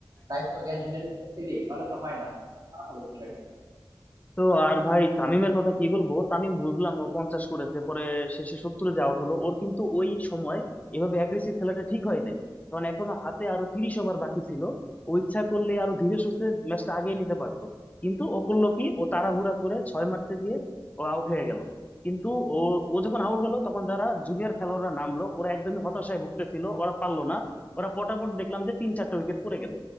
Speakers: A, on the right (about 50°); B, on the left (about 20°).
A: দায়িত্ব জ্ঞানহীনের মতো খেলি তাহলে তো হয় না খারাপ হবে বিষয়টা
B: তো আর ভাই তামিমের কথা কি বলবো তামিম বুঝলাম ও পঞ্চাশ করেছে পরে শেষে সত্তরে যে আউট হলো ওর কিন্তু ওই সময় এভাবে অ্যাগ্রেসিভ খেলাটা ঠিক হয় নাই কারণ এখনো হাতে আরো তিরিশ ওভার বাকি ছিল ও ইচ্ছা করলে আরো ধীরে সুস্থে ম্যাচটা আগিয়ে নিতে পারতো কিন্তু ও করলো কি ও তাড়াহুড়া করে ছয় মারতে গিয়ে ও আউট হয়ে গেল কিন্তু ও ও যখন আউট হলো তখন যারা জুনিয়র খেলোয়াড়রা নামলো ওরা একদমই হতাশায় ভুগতেছিল ওরা পারলো না ওরা পটাপট দেখলাম যে তিন চারটা উইকেট পড়ে গেল